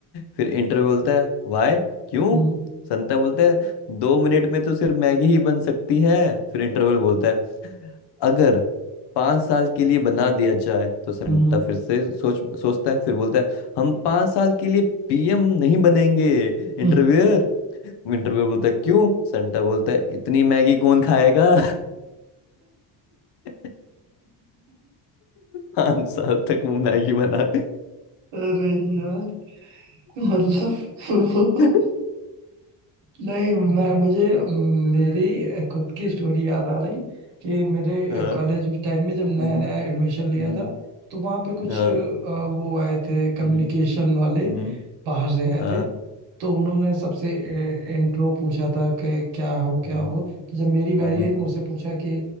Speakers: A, on the left; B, on the right.
A: फिर इंटरव्यू बोलता है वाय क्यों
B: हम्म हम्म
A: संता बोलता है दो मिनट में तो सिर्फ मैगी ही बन सकती है फिर इंटरवल बोलता है अगर पाँच साल के लिए बना दिया जाए तो संता
B: हम्म
A: फिर से सोच सोचता है फिर बोलता है हम पाँच साल के लिए पीएम नहीं बनेंगे इंटरव्यूअर
B: हम्म, हम्म,
A: विंटर पे बोलता है क्यों सेंटा बोलता है इतनी मैगी कौन खाएगा <laughs> पांच साल तक वो मैगी बना
B: अरे यार मतलब
A: <laughs>
B: नहीं मैं मुझे म, मेरी अ, खुद की स्टोरी याद आ रही कि मेरे
A: हाँ
B: कॉलेज टाइम में जब
A: हम्म,
B: नया नया एडमिशन लिया
A: हम्म,
B: था तो वहाँ पे कुछ
A: हाँ
B: अ, वो आए थे कम्युनिकेशन
A: हम्म,
B: वाले
A: हम्म,
B: बाहर से आए
A: हाँ
B: थे तो उन्होंने सबसे इंट्रो पूछा था कि क्या हो
A: हम्म,
B: क्या हो तो जब मेरी बारी
A: हम्म,
B: आई तो मुझसे पूछा कि